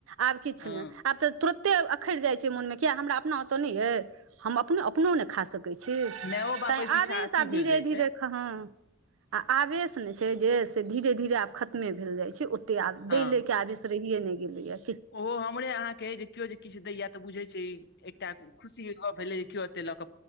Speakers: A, on the right; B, on the left.
A: आब किछु
B: हँ
A: नहि आब तऽ तुरते अखरि जाइ छैइ मोनमें किया हमरा अपना ओतऽ नैअयऽ हम अपनो अपनों नै खा सकै छी सकै छी
B: मायओ बाप
A: तैं
B: एहि पीछा
A: आबेश
B: अथी
A: आब
B: भेल
A: धीरे
B: रहै
A: धीरे
B: छै
A: हां आ आबेस ने छैइ जे से धीरे धीरे आब खतमें भेल जाइ छै ओ आब
B: हँ
A: दै ले के आबेश आब रहिये नै गेलैय ये
B: ओहो हमरे अहाँ के अई जे केओ जे किछु दैए तऽ बुझैइ छैइ एकटा खुशीके गप भेलै जे केएओ देलक